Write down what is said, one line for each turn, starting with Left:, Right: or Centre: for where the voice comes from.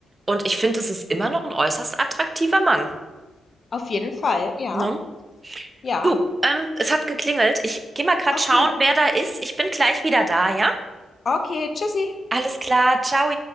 Right: Und ich finde, es ist immer noch ein äußerst attraktiver Mann.
Left: auf jeden Fall. Ja,
Right: Ne?
Left: ja.
Right: Du, ähm, es hat geklingelt. Ich gehe mal grad
Left: Okay,
Right: schauen, wer da ist. Ich bin gleich wieder da, ja?
Left: okay, tschüssi.
Right: Alles klar, ciao.